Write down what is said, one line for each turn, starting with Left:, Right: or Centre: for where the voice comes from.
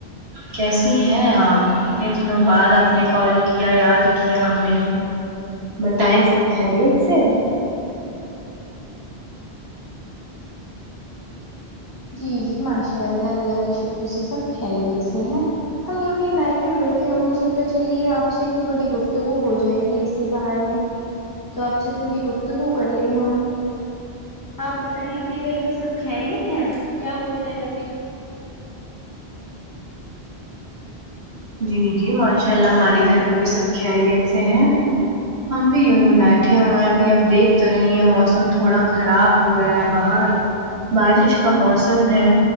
Right: کیسی ہیں آپ اتنے دنوں بعد آپ نے کال کیا یاد کیا ہمیں بتائے سب کھیریت سے ہے
Left: جی جی ماشاء اللہ اللہ کے شکر سے سب کھیریت سے ہیں ہم یوں ہی بیٹھے ہوئے تھے ہم نے سوچا چلیے آپ سے ہی تھوڑی گفتگو ہو جائے گی اس اسی بہانے تو آپ سے تھوڑی گفتگو کر لیں ہم آپ بتائیں اپ کے گھر پہ سب کھیریت ہیں کیا ہو رہا ہے ابھی
Right: جی جی ماشاء اللہ ہمارے گھر پہ بھی سب کھیریت سے ہیں ہم بھی یونہی بیٹھ اٹھے ہوئے ہیں ابھی اب دیکھ تو رہی ہیں موسم تھوڑا کھراب ہو رہا ہے باہر بارش کا موسم ہے